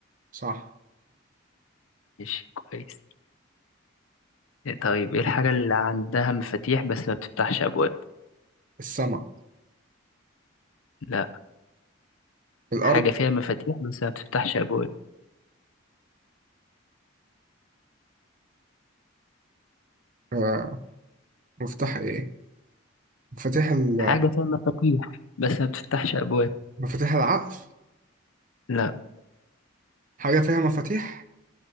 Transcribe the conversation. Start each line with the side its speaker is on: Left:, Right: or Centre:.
Right: صح
Left: ماشي كويس طيب ايه الحاجة اللي عندها مفاتيح بس ما بتفتحش أبواب
Right: السما
Left: لا
Right: الأرض
Left: حاجة فيها مفاتيح بس ما بتفتحش أبواب
Right: آه، مفتاح إيه؟ مفاتيح ال...
Left: حاجة فيها مفاتيح بس ما بتفتحش أبواب
Right: مفاتيح العقل
Left: لا
Right: حاجة فيها مفاتيح